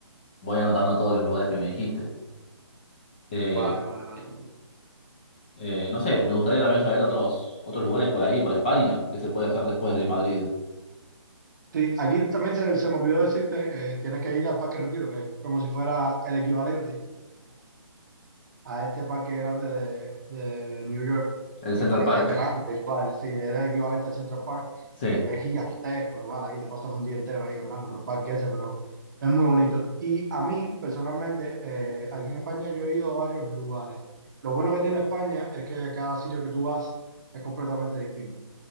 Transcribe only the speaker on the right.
Vale, vale, vale.
Sí, aquí también se, se me olvidó decirte, eh, tienes que ir al Parque Retiro, que es como si fuera el equivalente a este parque grande de, de New York,
eh, porque
es Ah, grande igual, sí, es el equivalente al Central Park,
porque es gigantesco igual, ahí te pasas un día entero ahí caminando por el parque ese, pero es muy bonito. Y a mí, personalmente, eh, aquí en España yo he ido a varios lugares. Lo bueno que tiene España es que cada sitio que tú vas es completamente distinto.